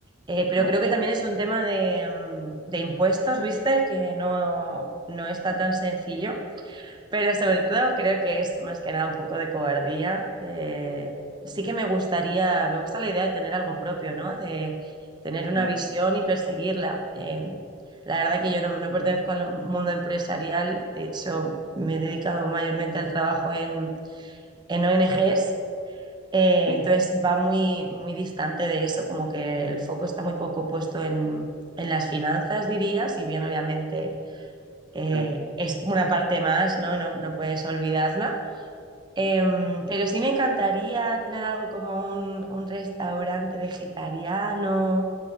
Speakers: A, on the right; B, on the right.
A: Eh, pero
B: claro.
A: creo que también es un tema de, em, de impuestos, ¿viste? Que no, no está tan sencillo. Pero sobre todo creo que es más que nada un poco de cobardía. eh, sí que me gustaría, me gusta la idea de tener algo propio, ¿no? De tener una
B: Ah,
A: visión y perseguirla. Eh, la verdad que yo no, no pertenezco al mundo empresarial, de hecho me he dedicado mayormente al trabajo en, en ONGs, eh,
B: ok.
A: entonces va muy, muy distante de eso, como que el foco está muy poco puesto en, en las finanzas, diría, si bien obviamente eh,
B: Ah,
A: es una parte más, ¿no? No, no puedes olvidarla, Em, pero sí me encantaría tener algo como un, un restaurante vegetariano